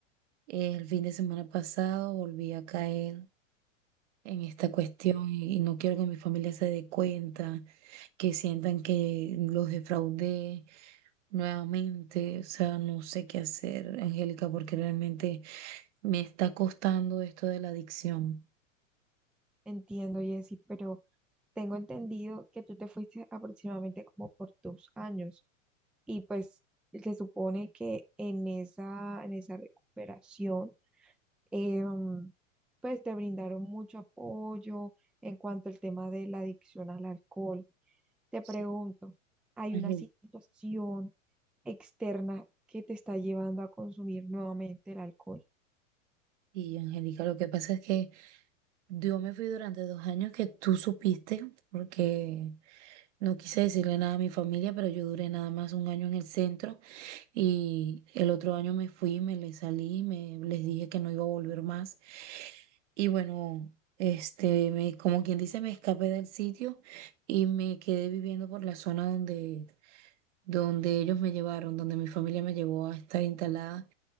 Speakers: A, on the right; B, in the centre.
A: el fin de semana pasado volví a caer en esta cuestión y, y no quiero que mi familia se dé cuenta, que sientan que los defraudé nuevamente. O sea, no sé qué hacer, Angélica, porque realmente me está costando esto de la adicción.
B: Entiendo, Jessy, pero tengo entendido que tú te fuiste aproximadamente como por dos años y pues se supone que en esa, en esa recuperación, em, pues te brindaron mucho apoyo en cuanto al tema de la adicción al alcohol. Te
A: Sí.
B: pregunto, ¿hay
A: Angel-
B: una situación externa que te está llevando a consumir nuevamente el alcohol?
A: Y Angélica, lo que pasa es que Yo me fui durante dos años que tú supiste, porque no quise decirle nada a mi familia, pero yo duré nada más un año en el centro y el otro año me fui, me les salí, me les dije que no iba a volver más. Y bueno, este, me, como quien dice, me escapé del sitio y me quedé viviendo por la zona donde, donde ellos me llevaron, donde mi familia me llevó a estar instalada.